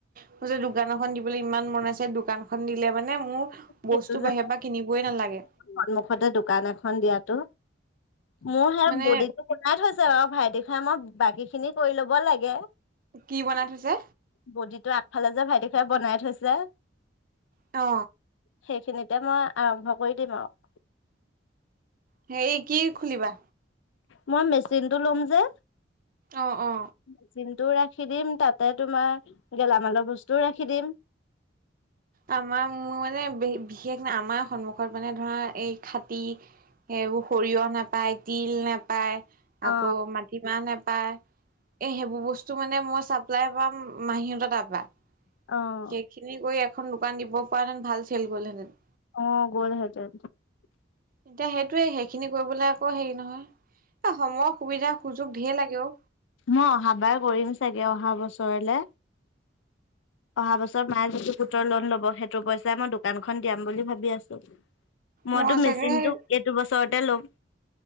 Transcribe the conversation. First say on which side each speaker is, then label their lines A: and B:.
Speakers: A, on the right; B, on the left.
A: মোৰ যে দোকান এখন দিবলৈ ইমান মন আছে দোকানখন দিলে মানে মো
B: সেইটো
A: বস্তু
B: যে
A: বাহিৰ পৰা কিনিবই নালাগে।
B: সন্মুখতে দোকান এখন দিয়াতো মোৰ সেই
A: মানে
B: বডিটো গলাই থৈছে। ছে বাৰু ভাইটি খাই মই বাকী খিনি কৰি ল'ব লাগে।
A: কি বনাই থৈছে
B: বডিটো আগফালে যে ভাইটি খুৰাই বনাই থৈছে৷
A: অ।
B: সেইখিনিতে মই আৰম্ভ কৰি দিম আৰু৷
A: সেই কি খোলিবা?
B: মই মেচিনতটো ল'ম যে।
A: অ-অ,
B: মেচিনটোও ৰাখি দিম তাতে তোমাৰ গেলামালৰ বস্তুও ৰাখি দিম।
A: আমাৰ মোৰ মানে বিশেষ ন আমাৰ সন্মুখত মানে ধৰা এই খাটি সেইবোৰ সৰিয়হ নাপায় তিল নাপায়
B: অ
A: আকৌ মাত টিমাহ নেপায় এ সেইবোৰ বস্তু মানে মই চাপ্লাই পাম মাহী হতৰ তাৰপা।
B: অ,
A: সেইখিনি কৰি এখন দোকান দিব পৰা হেঁতেন ভাল চেল গল হেতেন।
B: অ গোল হয় যায়।
A: এতিয়া সেইটোয়ে সেইখিনি কৰিবলৈ আকৌ হেৰি নহয় এ সময়ৰ সুবিধা সুযোগ ধেই লাগে অ।
B: মই অহা বাৰ কৰিম চাগে অহা বছৰলে৷ অহা বছৰ মায়ে যিটো গোটৰ লোন লব সেইটো পইচাই মই দোকানখন দিয়াম বুলি ভাবি আছো৷ মইতো
A: মই
B: মেচিনতটো
A: চাগে সেই
B: এইটো বছৰতে ল'ম৷